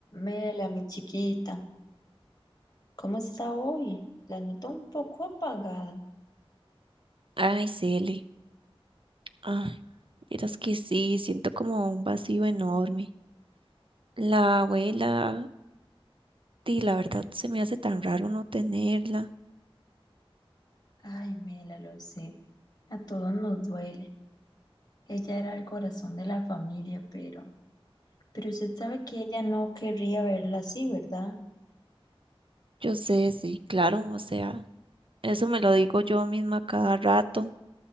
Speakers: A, on the left (about 40°); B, on the right (about 60°).
A: Mela, mi chiquita, ¿cómo está hoy? La noto un poco apagada.
B: Ay, Cele. Ay, miras que sí, siento como un vacío enorme. La abuela, di, la verdad se me hace tan raro no tenerla.
A: Ay, Mela, lo sé. A todos nos duele. Ella era el corazón de la familia, pero, pero usted sabe que ella no querría verla así, ¿verdad?
B: Yo sé, sí, claro, o sea, eso me lo digo yo misma cada rato,